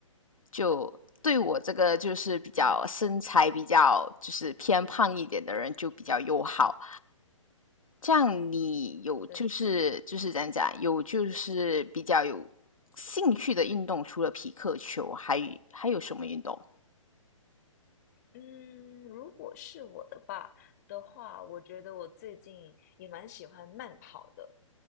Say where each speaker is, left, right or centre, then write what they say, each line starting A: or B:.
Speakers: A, on the left; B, on the left.
A: 就对我这个就是比较身材比较就是偏胖一点的人就比较友好。
B: 嗯
A: 这样你有就是就是怎样讲，
B: 对，
A: 有就是比较有兴趣的运动，除了匹克球，还有还有什么运动？
B: 嗯，如果是我的吧的话，我觉得我最近也蛮喜欢慢跑的。